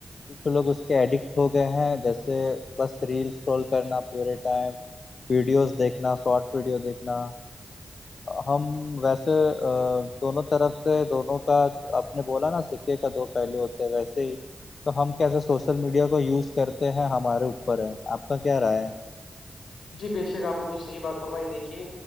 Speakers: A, on the left; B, on the left.
A: کچھ لوگ اس کے ایڈکٹ ہو گئے ہیں جیسے بس ریلس سکرول کرنا پورے ٹائم ویڈیوز دیکھنا شارٹ ویڈیو دیکھنا ہم ویسے دونوں طرف سے دونوں کا اپ نے بولا نا سکے کا دو پہلو ہوتے ویسے ہی تو ہم کیسے سوشل میڈیا کو کو یوز کرتے ہیں ہمارے اوپر ہے آپ کا کیا رائے ہے
B: جی بے شک آپ نے تو صحیح بات فرمائی دیکھی